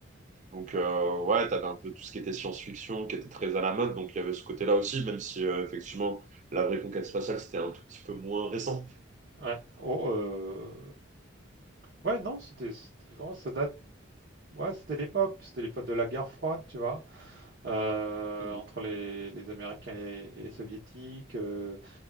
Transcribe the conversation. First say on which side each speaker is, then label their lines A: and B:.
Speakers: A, on the right (about 35°); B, on the right (about 50°).
A: donc,
B: ouais.
A: euh, ouais, t'avais un peu tout ce qui était science-fiction qui était très à la mode. Donc, il y avait ce côté-là aussi, même si euh, effectivement, la vraie conquête spatiale, c'était un tout petit peu moins récent.
B: Ouais. Oh, euh, Ouais, non, c'était c'était vraiment, ça date. Ouais, c'était l'époque, puis c'était l'époque de la guerre froide, tu vois, euh,
A: Mm,
B: entre les, les Américains et les, et les Soviétiques, euh,